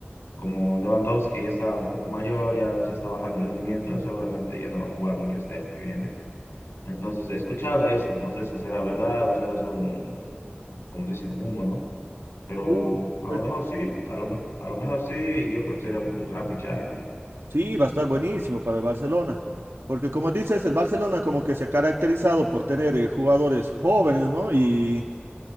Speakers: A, on the left; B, on the right.
A: como Lewandowski ya está un poco mayor, ya, ya está bajando el rendimiento, seguramente ya no va a jugar mucho este año que viene. Entonces he escuchado eso, no sé si será verdad o será solo un, como dicen, humo, ¿no? Pero
B: Uh,
A: a
B: pues,
A: lo mejor sí, a lo, me- a lo mejor sí, y yo creo que sería un gran fichaje, ¿no?
B: sí, va a estar buenísimo para el Barcelona, porque como dices, el Barcelona como que se ha caracterizado por tener eh, jugadores jóvenes, ¿no? Y